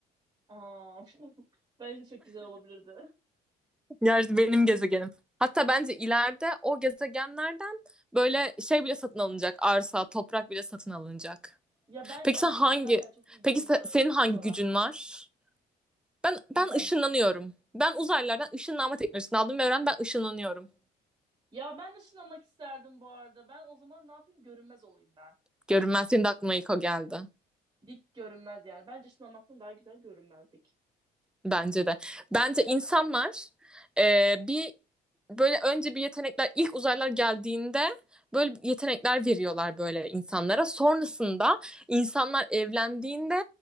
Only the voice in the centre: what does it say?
Yer benim gezegenim. Hatta bence ileride o gezegenlerden böyle şey bile satın alınacak. Arsa, toprak bile satın alınacak.
Peki
sen hangi
Peki
se-
senin hangi
gücün var? Ben
ben ışınlanıyorum. Ben uzaylılardan ışınlanma teknolojisini aldım ve öğrendim ben ışınlanıyorum.
Görünmez senin de aklıma ilk o geldi.
Bence de. Bence insanlar e, bir böyle önce bir yetenekler ilk uzaylılar geldiğinde böyle yetenekler veriyorlar böyle insanlara. Sonrasında insanlar evlendiğinde